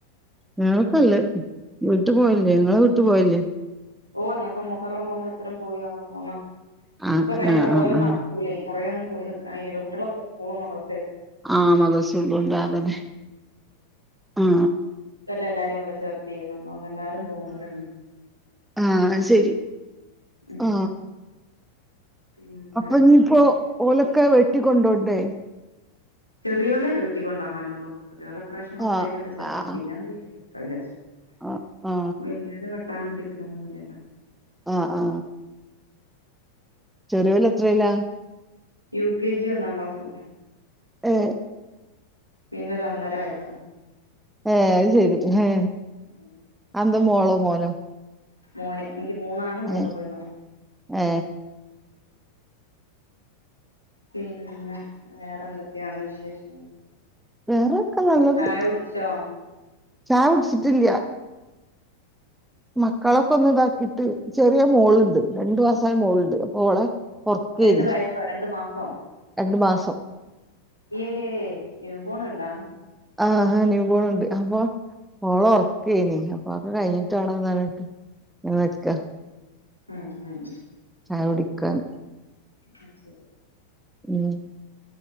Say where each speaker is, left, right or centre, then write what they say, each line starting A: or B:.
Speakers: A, in the centre; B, on the left.
A: ഞങ്ങക്കല്ലേ വീട്ട് പോവലില്ലേ ങ്ങളെ വീട്ടു പോവലില്ലേ
B: ഓ ഞാപ്പോ മുഹറം നോമ്പ് ത്തരം പോയിവന്നു പോന്ന്
A: ആഹ്
B: ഇപ്പൊത്
A: ആഹ്
B: പോവല്
A: ആഹ് ആഹ്
B: നടക്കൂലേ കൊറേ ഒന്നുംപോയിനിക്കാൻ കയ്യൂല കുട്ടികളൊക്കെ സ്കൂളും മദ്രസേം
A: ആ മദ്രസയുള്ളോണ്ട് ആതന്നെ ആ
B: ഇക്കൊല്ലം എല്ലാരേം ഇവിടെ ചേർത്തിരുന്നു അതുകൊണ്ട് എല്ലാരും പോകുന്നവരാണ്
A: ആ ശെരി
B: ഉം
A: ആ
B: പിന്നെ
A: അപ്പൊ
B: വേറെന്തൊക്കെയ
A: നീയിപ്പോ ഓലൊക്കെ വെട്ടിക്കൊണ്ടോണ്ടേ?
B: ചെറിയ ഓലല്ലേ വീട്ടിക്കൊണ്ടാവാനൊള്ളു ഒരാള് ഇപ്രാവശ്യം മസ്റ്റായിട്ട്
A: ആഹ്
B: ഇവിടെചേർത്തി
A: ആഹ്
B: പിന്നെ <unintelligible>
A: ആ ആ
B: ആക്കാനും പിടിക്കാനൊന്നുല്ലല്ലോ
A: ആ ആ ചെറിയോല് എത്രേലാ
B: യു കെ ജി ഒന്നാം ക്ലാസ്സ്
A: ഏ
B: പിന്നെ ഒരു ഒന്നര വയസ്സ്
A: ഏ അയ്ശെരി ഏ
B: <unintelligible>
A: അതെന്താ മോളോ മോനോ
B: മോന് എനിക്ക് മൂന്നാണും മൂന്നു
A: ഏ
B: പെണ്ണും
A: ഏ
B: പിന്നെ വേറെ എന്തൊക്കെയാണ് വിശേഷങ്ങള്
A: വേറൊക്കെ നല്ലത്
B: ചായ കുടിച്ചോ
A: ചായ കുടിച്ചിട്ടില്ല മക്കളൊക്കെ ഒന്നിതാക്കിട്ട് ചെറിയ മോളുണ്ട് രണ്ടു മാസായ മോളുണ്ട് അപ്പൊ ഓളെ ഒറക്കഴിഞ്ഞ്
B: രണ്ട് വയസ്സോ രണ്ട് മാസോ
A: രണ്ടുമാസം
B: ഏ ന്യൂ ബോൺ ഉണ്ടാ
A: ആ ന്യൂ ബോണുണ്ട് അപ്പൊ ഓള് ഒറക്കേനി ഉപ്പാക്ക് കയിഞ്ഞിട്ടാണോന്നറിഞ്ഞിട്ട് ഇങ്ങനെ നിക്കാ
B: ഉം ഉം
A: ചായകുടിക്കാൻ
B: ആ ശരി
A: ഉം